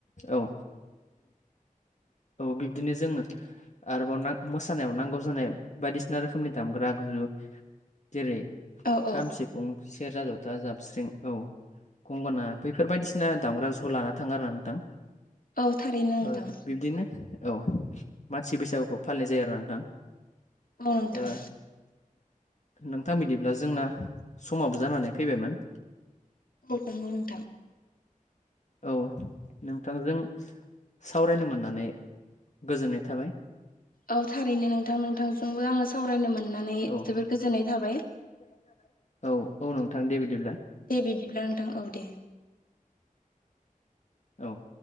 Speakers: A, on the left (about 55°); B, on the left (about 85°).
A: औ औ बिब्दिनो जोङो आरोबाव मोसानायाव नांगौ जानाय बायदिसिना रोखोमनि दामग्रा आगजु जेरै
B: औ औ
A: खाम सिफुं सेरजा जथा जाबस्रिं औ गंगना बैफोर बायदिसिना दामग्रा आगजुखौ लाना थाङो आरो ना नोंथां
B: औ थारैनो नोंथां
A: ओ बिब्दिनो औ मानसि बैसागुखौ फालिनाय जायो आरो नोंथां
B: औ नोंथां
A: ओ नोंथां बिदिब्ला जोंना समाबो जानानै फैबायमोन
B: औ नंगौ नोंथां
A: ओ औ नोंथांजों सावरायनो मोननानै गोजोननाय थाबाय
B: औ थारैनो नोंथां नोंथांजोंबो आङो सावरायनो मोननानै
A: औ
B: जोबोद गोजोननाय थाबाय
A: <unintelligible> औ औ नोंथां दे बिदिब्ला
B: दे बिदिब्ला नोंथां औ दे
A: औ